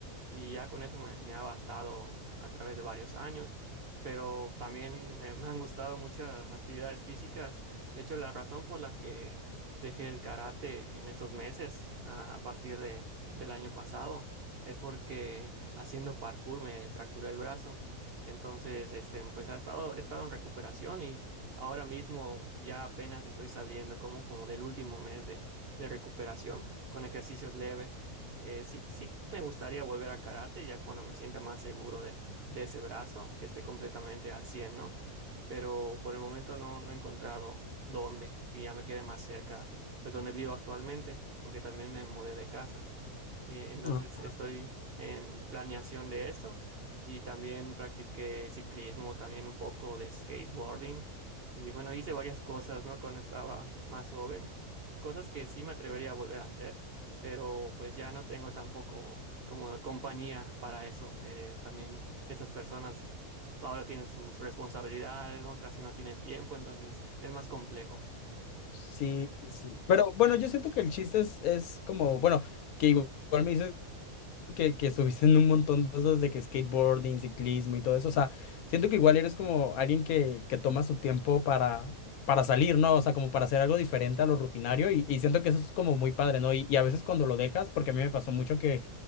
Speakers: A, on the right; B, on the left.
A: y ya con eso me, me ha bastado a través de varios años, pero también me, me han gustado muchas actividades físicas. De hecho, la razón por la que dejé el karate en estos meses, a, a partir de, del año pasado, es porque haciendo parkour me fracturé el brazo. Entonces, este, pues ha estado, he estado en recuperación y ahora mismo ya apenas estoy saliendo como, como del último mes de, de recuperación con ejercicios leves. Eh, sí, sí, me gustaría volver a karate ya cuando me sienta más seguro de, de ese brazo, que esté completamente al cien ¿no? Pero por el momento no, no he encontrado dónde, que ya me quede más cerca, pues donde vivo actualmente, porque también me mudé de casa. Eh, entonces
B: Ah,
A: estoy en planeación de eso y también practiqué ciclismo, también un poco de skateboarding y bueno, hice varias cosas, ¿no? Cuando estaba más joven, cosas que sí me atrevería a volver a hacer, pero pues ya no tengo tampoco como compañía para eso. Eh, también esas personas ahora tienen sus responsabilidades, ¿no? Casi no tienen tiempo, entonces es más complejo.
B: Sí, sí, sí. Pero bueno, yo siento que el chiste es, es como, bueno, que igual igual me dices que, que estuviste en un montón de cosas de que skateboarding, ciclismo y todo eso. O sea, siento que igual eres como alguien que, que toma su tiempo para, para salir, ¿no? O sea, como para hacer algo diferente a lo rutinario y, y siento que eso es como muy padre, ¿no? Y, y a veces cuando lo dejas, porque a mí me pasó mucho que,